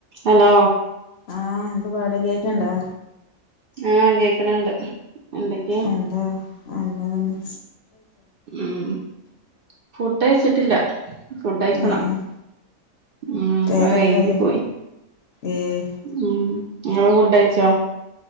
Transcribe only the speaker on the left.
ആഹ എന്ത്തു പാട കേക്കണ്ടോ
എന്താ അന്ന തന്നെ
ഏഹ് ഏഹ്
നേരെത്രയായി
ഏഹ്